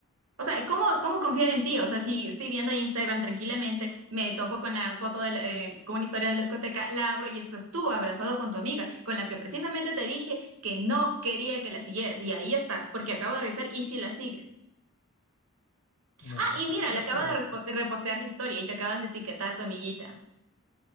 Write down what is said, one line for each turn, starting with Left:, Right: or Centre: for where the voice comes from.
Right: O sea, ¿cómo, cómo confiar en ti? O sea, si estoy viendo ahí Instagram tranquilamente, me topo con la foto de la- eh, con una historia de la discoteca, la abro y estás tú abrazado con tu amiga, con la que precisamente te dije que no quería que la siguieras. Y ahí estás, porque acabo de revisar y si la sigues.
Left: No,
Right: Ah,
Left: ay,
Right: y
Left: qué
Right: mira,
Left: pena,
Right: le acaba
Left: pero
Right: de respo- de repostear la historia y te acaban de etiquetar tu amiguita.